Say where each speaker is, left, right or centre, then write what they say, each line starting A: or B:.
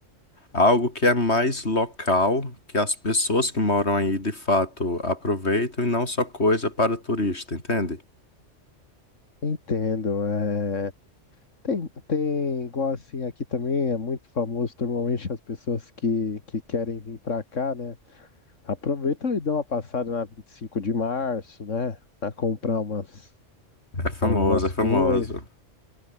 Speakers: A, on the left (about 60°); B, on the left (about 75°).
A: Algo que é mais local, que as pessoas que moram aí de fato aproveitam e não só coisa para turista, entende?
B: Entendo, é... Tem, tem, igual assim, aqui também é muito famoso, normalmente as pessoas que, que querem vir para cá, né? Aproveita e dá uma passada na 25 de março, né? A comprar umas,
A: É famoso,
B: algumas
A: é famoso.
B: coisas.